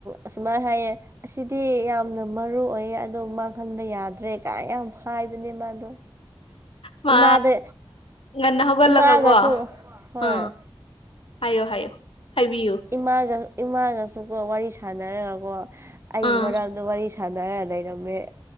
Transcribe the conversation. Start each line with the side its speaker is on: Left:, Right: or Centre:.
Right: ꯑꯁꯨꯃꯥꯏꯅ ꯍꯥꯏꯌꯦ ꯑꯁꯤꯗꯤ ꯌꯥꯝ ꯌꯥꯝꯅ ꯃꯔꯨ ꯑꯣꯏꯌꯦ ꯑꯗꯣ ꯃꯥ ꯈꯟꯕ ꯌꯥꯗ꯭ꯔꯦ ꯀꯥꯏ ꯌꯥꯝ ꯍꯥꯏꯕꯅꯦ ꯃꯥꯗꯣ
Left: ꯃꯥ
Right: ꯏꯃꯥꯗ
Left: ꯉꯟꯅ ꯍꯧꯒꯠꯂꯒꯀꯣ
Right: ꯏꯃꯥꯒꯁꯨ ꯍꯣꯏ
Left: ꯎ ꯍꯥꯏꯌꯣ ꯍꯥꯏꯌꯣ ꯍꯥꯏꯕꯤꯌꯨ
Right: ꯏꯃꯥꯒ ꯏꯃꯥꯒꯁꯨꯀꯣ ꯋꯥꯔꯤ ꯁꯥꯟꯅꯔꯒꯀꯣ ꯑꯩꯒꯤ
Left: ꯑꯥ
Right: ꯃꯔꯝꯗ ꯋꯥꯔꯤ ꯁꯥꯟꯅꯔ ꯂꯩꯔꯝꯃꯦ